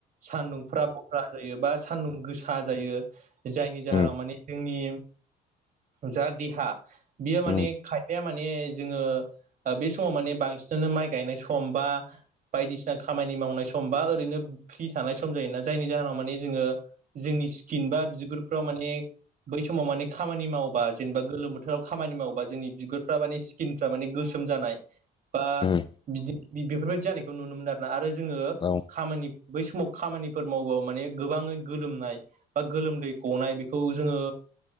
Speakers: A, on the right (about 50°); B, on the left (about 30°).
A: सानदुंफ्रा फ्रा जायो बा सान्दुं गोसा जायो जायनि जाहोनाव
B: उम
A: माने जोंनि जा देहा बेयो माने
B: उम
A: खायफाया माने जोङो ओ बे समाव माने बांसिनानो माइ गायनाय सम बा बायदिसिना खामानि मावनाय सम बा ओरैनो फ्रि थानाय सम जायोना जायनि जाहोनाव माने जोङो जोंनि स्किन बा बिगुरफ्राव माने बै समाव माने खामानि मावबा जेनेबा गोलोम बोथोराव खामानि मावबा जोंनि बिगुरफ्रा माने स्किनफ्रा माने गोसोम जानाय बा
B: उम
A: बिदि बेफोरबायदि जानायखौ नुनो मोनो आरोना आरो जोङो
B: औ
A: खामानि बै समाव खामानिफोर मावबो माने गोबाङै गोलोमनाय बा गोलोमदै गनाय बेखौ जोङो